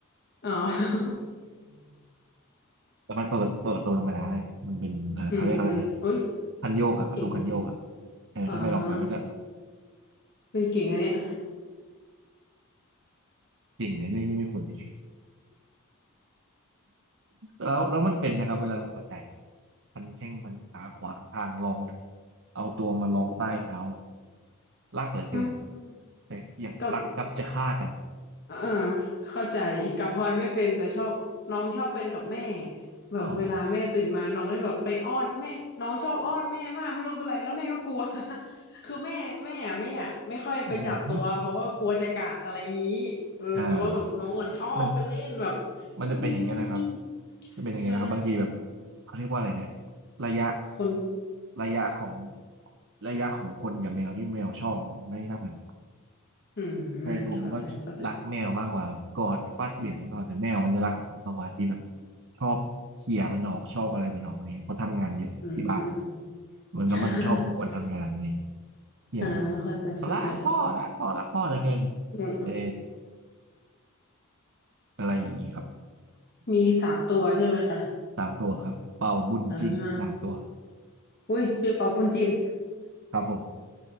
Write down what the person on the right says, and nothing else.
แต่มันเปิดเปิดประตูธรรมดาเลยมันเป็นเออเขาเรียกอะไรนะ
คันโยกอะประตูคันโยกอะ
เออถ้าไม่ล็อกไว้มันก็
จริงในเรื่องที่ไม่ควรจะแล้วแล้วมันเป็นไหมครับเวลาลงบันไดพันแข้งพันขาขวางทางรองเอาตัวมารองใต้เท้ารักเหลือเกิน
แต่อย่างรักกลับจะฆ่ากัน
อ๋อ
อืมฮึอ้าว มันมันจะเป็นอย่างเงี้ยนะครับ
จะเป็นอย่างเงี้ยนะครับบางทีแบบ
เขาเรียกว่าอะไรนะระยะ
ระยะของระยะของคนกับแมวที่แมวชอบไม่เท่ากัน
แฟนผมก็รักแมวมากกว่ากอดฟัดเหวี่ยงนอนแต่แมวมันจะรักผมมากกว่าที่แบบชอบเขี่ยมันออกชอบอะไรมันออกอะไรเงี้ยเพราะทำงานเยอะที่บ้าน
เหมือนแล้วมันชอบกวนทำงานอะไรเงี้ย
เขี่ยมันออก
รักพ่อรักพ่อรักพ่อเหลยเกิน
เอออะไรอย่างงี้ครับ
สามตัวครับเป่าบุญจินสามตัว
ครับผม